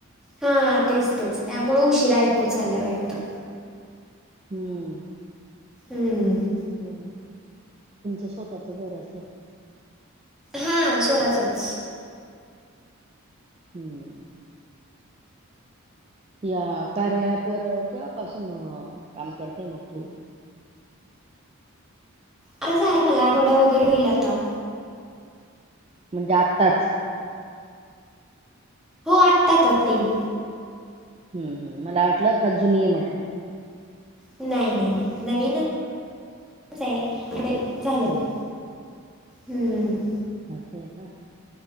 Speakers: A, in the centre; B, on the right.
A: हा, तेच, तेच. त्यामुळे उशिरा ऐकू चालाय वाटतं.
B: हम.
A: हम.
B: तुमचं, स्वतःचं घर असेल.
A: हां, स्वतःचच.
B: हम्म या कार्या ॲप वर केव्हापासून काम करते, मग तू
A: आता झाल मला, आठवडा वगैरे होईल आता.
B: म्हणजे आत्ताच.
A: हो आत्ता आत्ता तीन
B: हम्म हम्म मला वाटलं, का जुनी हाय म्हटलं.
A: नाही, नाही, नाही नवीनच आहे एवढे झाल्यात.
B: हम्म
A: हम्म.
B: असय का